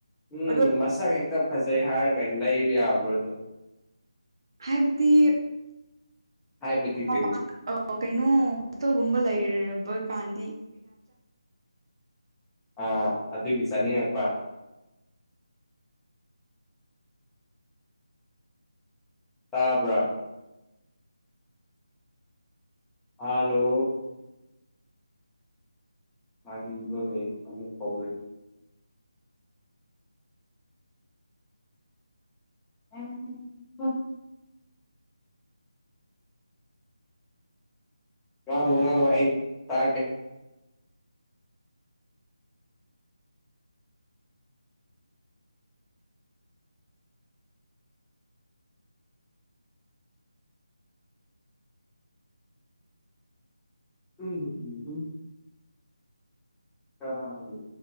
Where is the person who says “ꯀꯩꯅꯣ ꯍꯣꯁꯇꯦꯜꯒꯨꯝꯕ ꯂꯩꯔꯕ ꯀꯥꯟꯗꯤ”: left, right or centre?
Right